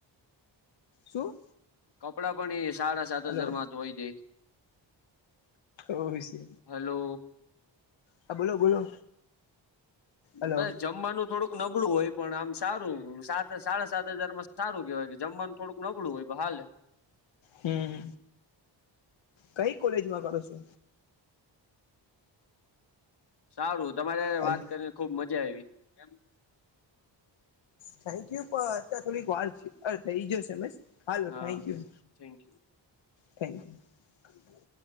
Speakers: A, on the left; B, on the left.
A: શું
B: કપડા પણ એ સાડા સાત
A: હલો
B: હજારમાં ધ હોય દે
A: ઓશે
B: હલો
A: હા બોલો બોલો હલો
B: બ જમવાનું થોડુંક નબળું હોય પણ આમ સારું સાત સાડા સાત હજાર માં સારું કેવાય કે જમવાનું થોડુંક નબળું હોય હાલે
A: હમ કઈ કોલેજમાં કરો છો
B: સારું તમારે
A: હાલ
B: વાત કરીને ખુબ મજા આવી એમ
A: થેન્ક યુ પણ અત્યારે થોડીક વાર છે અ થઈ જો હાલો
B: હા
A: thank you
B: thank you
A: thank you